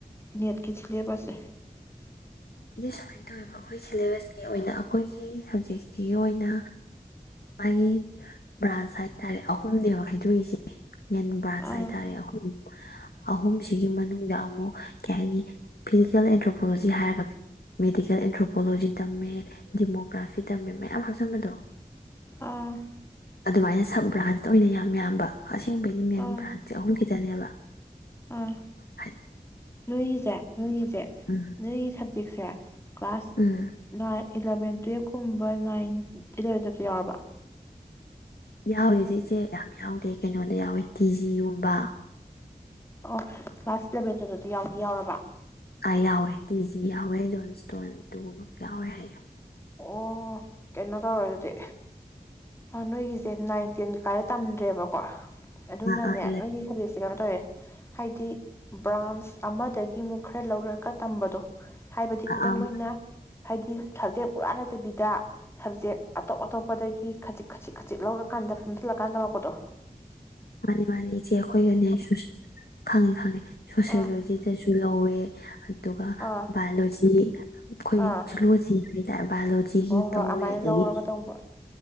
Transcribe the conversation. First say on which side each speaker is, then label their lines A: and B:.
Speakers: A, on the left; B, on the left.
A: ꯅꯦꯠꯀꯤ ꯁꯤꯂꯦꯕꯁꯁꯦ
B: ꯏ ꯁꯨꯃꯥꯏꯅ ꯇꯧꯋꯦꯕ ꯑꯩꯈꯣꯏ ꯁꯤꯂꯦꯕꯁꯀꯤ ꯑꯣꯏꯅ ꯑꯩꯈꯣꯏꯒꯤ ꯁꯕꯖꯦꯛꯁꯤꯒꯤ ꯑꯣꯏꯅ ꯃꯥꯒꯤ ꯕ꯭ꯔꯥꯟꯁ ꯍꯥꯏ ꯇꯥꯔꯦ ꯑꯍꯨꯝꯅꯦꯕ ꯈꯥꯏꯗꯣꯛꯏꯁꯦ ꯃꯦꯟ ꯕ꯭ꯔꯥꯟꯁ
A: ꯑꯥ
B: ꯍꯥꯏ ꯇꯥꯔꯦ ꯑꯍꯨꯝ ꯑꯍꯨꯝꯁꯤꯒꯤ ꯃꯅꯨꯡꯗ ꯑꯃꯨꯛ ꯀꯩ ꯍꯥꯏꯅꯤ ꯐꯤꯖꯤꯀꯦꯜ ꯑꯦꯟꯊ꯭ꯔꯣꯄꯣꯂꯣꯖꯤ ꯍꯥꯏꯔꯒ ꯃꯦꯗꯤꯀꯦꯜ ꯑꯦꯟꯊ꯭ꯔꯣꯄꯣꯂꯣꯖꯤ ꯇꯝꯃꯦ ꯗꯤꯃꯣꯒ꯭ꯔꯥꯐꯤ ꯇꯝꯃꯦ ꯃꯌꯥꯝ ꯍꯥꯞꯆꯟꯕꯗꯣ
A: ꯑꯥ
B: ꯑꯗꯨꯃꯥꯏꯅ ꯁꯕ ꯕ꯭ꯔꯥꯟꯁꯇ ꯑꯣꯏꯅ ꯌꯥꯝ ꯌꯥꯝꯕ ꯑꯁꯦꯡꯕꯩꯗꯤ ꯃꯦꯟ
A: ꯑꯥ
B: ꯕ꯭ꯔꯥꯟꯁꯇꯤ ꯑꯍꯨꯝ ꯈꯤꯇꯅꯦꯕ
A: ꯑꯥ
B: ꯍꯥꯏ
A: ꯅꯣꯏꯒꯤꯁꯦ ꯅꯣꯏꯒꯤꯁꯦ
B: ꯎꯝ
A: ꯅꯣꯏꯒꯤ ꯍꯧꯖꯤꯛꯁꯦ ꯀ꯭ꯂꯥꯁ
B: ꯎꯝ
A: ꯏ ꯏꯂꯚꯦꯟ ꯇꯨꯌꯦꯞ ꯀꯨꯝꯕ ꯅꯥꯏꯟ ꯏꯂꯕꯦꯟꯗꯞꯇ ꯌꯥꯎꯔꯕ
B: ꯌꯥꯎꯔꯤꯁꯦ ꯏꯆꯦ ꯌꯥꯝ ꯌꯥꯎꯗꯦ ꯀꯩꯅꯣꯗ ꯌꯥꯎꯋꯦ ꯇꯤꯖꯤꯒꯨꯝꯕ
A: ꯑꯣ ꯀ꯭ꯂꯥꯁ ꯂꯦꯕꯦꯟꯗꯨꯗꯗꯤ ꯌꯥꯎ ꯌꯥꯎꯔꯕ ꯋꯥ
B: ꯑꯥ ꯌꯥꯎꯋꯦ ꯇꯤ ꯖꯤ ꯌꯥꯎꯋꯦ ꯖꯣꯟ ꯏꯁꯇꯣꯟ ꯇꯨꯃ ꯌꯥꯎꯋꯦ ꯍꯥꯏ
A: ꯑꯣ ꯀꯩꯅꯣ ꯇꯧꯔꯦ ꯑꯗꯨꯗꯤ ꯅꯣꯏꯒꯤꯁꯦ ꯅꯥꯏꯟ ꯇꯦꯟ ꯀꯥꯏꯔ ꯇꯝꯗ꯭ꯔꯦꯕꯀꯣ ꯑꯗꯨꯅꯅꯦ
B: ꯑꯥ ꯑꯥ ꯏꯂꯚꯦꯟ
A: ꯅꯣꯏꯒꯤ ꯁꯕꯖꯦꯛꯁꯦ ꯀꯩꯅꯣ ꯇꯧꯋꯦ ꯍꯥꯏꯗꯤ ꯕ꯭ꯔꯥꯟꯁ ꯑꯃꯗꯒꯤ ꯑꯃꯨꯛ ꯈꯔ ꯂꯧꯔꯒ ꯇꯝꯕꯗꯣ ꯍꯥꯏꯕꯗꯤ
B: ꯑꯥ
A: ꯈꯨꯗꯝ
B: ꯑꯥ
A: ꯑꯣꯏꯅ ꯍꯥꯏꯗꯤ ꯁꯕꯖꯦꯛ ꯄꯨꯔꯥ ꯂꯩꯇꯕꯤꯗ ꯁꯕꯖꯦꯛ ꯑꯇꯣꯞ ꯑꯇꯣꯞꯄꯗꯒꯤ ꯀ ꯈꯖꯤꯛ ꯈꯖꯤꯛ ꯈꯖꯤꯛ ꯂꯧꯔꯀꯥꯟꯗ ꯐꯝꯖꯤꯜꯂꯀꯥꯟ ꯇꯧꯔꯛꯄꯗꯣ
B: ꯃꯥꯅꯤ ꯃꯥꯅꯤ ꯏꯆꯦ ꯑꯩꯈꯣꯏꯒꯅꯦ ꯈꯪꯉꯦ ꯈꯪꯉꯦ ꯁꯣꯁꯤꯌꯣꯂꯣꯖꯤꯗꯁꯨ
A: ꯑꯥ
B: ꯂꯧꯋꯦ ꯑꯗꯨ ꯑꯗꯨꯒ
A: ꯑꯥ
B: ꯕꯥꯏꯂꯣꯖꯤ ꯑꯩꯈꯣꯏ
A: ꯑꯥ
B: ꯖꯨꯂꯣꯖꯤꯒꯤ ꯕꯥꯏꯑꯣꯂꯣꯖꯤꯒꯤ
A: ꯍꯣꯏ ꯍꯣꯏ
B: ꯇꯧꯋꯦ
A: ꯑꯗꯨꯃꯥꯏꯅ
B: ꯑꯗꯒꯤ
A: ꯂꯧꯔꯒ ꯇꯧꯕ